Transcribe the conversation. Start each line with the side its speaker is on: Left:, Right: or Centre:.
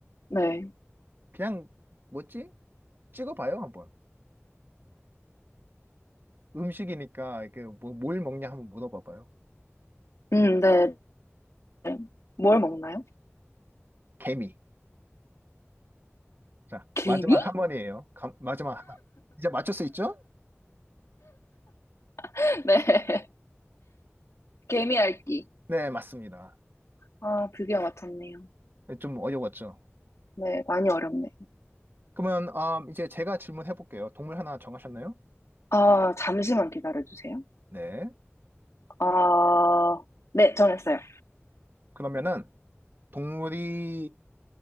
Left: 네.
Right: 그냥 뭐지? 찍어봐요 한번. 음식이니까 이게 뭐, 뭘 먹냐 한번 물어봐봐요.
Left: 음, 네. 네. 뭘 먹나요?
Right: 개미. 자,
Left: 개미?
Right: 마지막 한 번이에요. 감- 마지막 하나. 이제 맞출 수 있죠?
Left: <laughs> 네. 개미 핥기.
Right: 네, 맞습니다.
Left: 아, 드디어 맞췄네요.
Right: 좀 어려웠죠.
Left: 네, 많이 어렵네.
Right: 그러면 아, 이제 제가 질문해 볼게요. 동물 하나 정하셨나요?
Left: 아, 잠시만 기다려주세요.
Right: 네.
Left: 아, 네, 정했어요.
Right: 그러면은 동물이